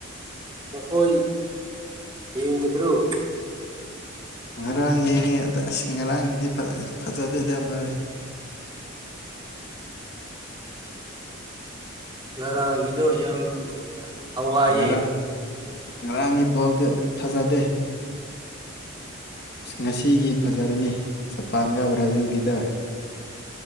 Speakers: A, on the right; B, on the left.
A: ꯅꯈꯣꯏ ꯌꯦꯡꯗꯕ꯭ꯔꯣ
B: ꯉꯔꯥꯡ ꯌꯦꯡꯉꯦ ꯑꯗ ꯑꯁ ꯉꯔꯥꯡꯒꯤꯗꯤ ꯐꯖꯗꯦꯗ ꯚꯥꯏ
A: ꯉꯔꯥꯡꯒꯤꯗꯣ ꯌꯥꯝ ꯍꯋꯥꯌꯦ
B: ꯉꯔꯥꯡ ꯉꯔꯥꯡꯒꯤ ꯕꯣꯜꯗꯣ ꯐꯖꯗꯦ ꯑꯁ ꯉꯁꯤꯒꯤ ꯐꯖꯔꯅꯤ ꯖꯄꯥꯟꯒ ꯕ꯭ꯔꯥꯖꯤꯜꯒꯤꯗ